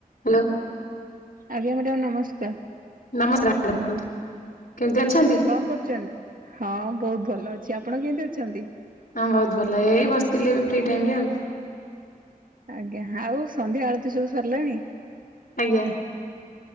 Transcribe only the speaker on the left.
Hello.
ନମ ସ୍କାର ମ୍ୟାଡ଼ାମ କୁହନ୍ତୁ କେମିତି ଅଛନ୍ତି।
ହଁ ବହୁତ ଭଲ ଏଇ ବସିଥିଲି ଏବେ ଫ୍ରି ଟାଇମରେ ଆଉ।
ଆଜ୍ଞା।